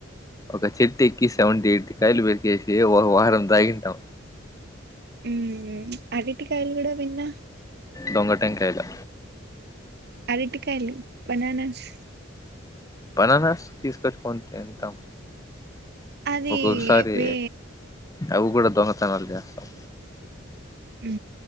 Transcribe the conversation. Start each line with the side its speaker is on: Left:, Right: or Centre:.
Left: ఒక చెట్టు ఎక్కి సెవెంటీ ఎయిట్ కాయలు పెరికేసి ఒకఓ వారం తాగింటాం
Right: ఉమ్ అరటికాయలు గుడా విన్న
Left: దొంగ టెంకాయ్లు
Right: అరటికాయలు బనానాస్
Left: బననస్ తీస్కోచ్చుకొనీ తింటాం
Right: అదీ
Left: ఒక్కొక్కసారి
Right: వే
Left: అవి కూడా దొంగతనాలు జేస్తాం
Right: ఉ